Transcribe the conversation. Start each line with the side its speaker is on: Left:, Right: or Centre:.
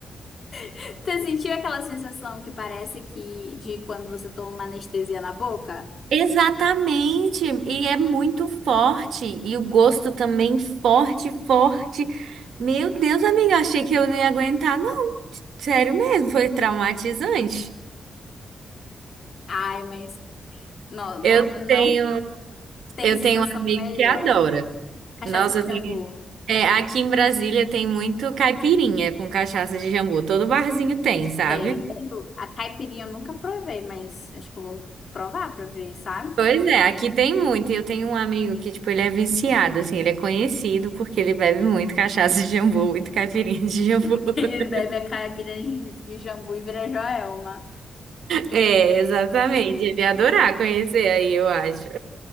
Left: <laughs> Tu sentiu aquela sensação que parece que de quando você toma uma anestesia na boca?
Right: Exatamente. E é muito forte. E o gosto também forte, forte. Meu Deus, amiga, eu achei que eu não ia aguentar, não. Sério mesmo, foi traumatizante.
Left: Ai, mas não,
Right: Eu
Left: não, não
Right: tenho,
Left: tem
Right: eu
Left: sensação
Right: tenho um amigo
Left: melhor.
Right: que adora.
Left: Cachaça
Right: Nossa,
Left: de jambu.
Right: tem. É, aqui em Brasília tem muito caipirinha com cachaça de jambu. Todo barzinho tem, sabe?
Left: Tem. A caipirinha eu nunca provei, mas acho que eu vou provar pra ver, sabe?
Right: Pois é, aqui tem muito. E eu tenho um amigo que, tipo, ele é viciado, assim, ele é conhecido porque ele bebe muito cachaça de jambu, muito caipirinha de
Left: <laughs>
Right: jambu.
Left: Que
Right: <laughs>
Left: Ele bebe a caipirinha de de jambu e vira Joelma.
Right: É, exatamente. Ele ia adorar conhecer aí, eu acho.